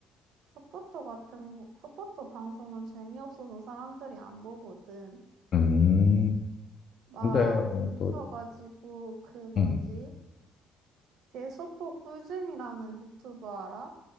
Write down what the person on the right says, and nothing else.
서포터 같은 거, 서포터 방송은 재미없어서 사람들이 안 보거든.
막
미쳐가지고
그 뭐지?
대소포 꿀잼이라는 유튜버 알아?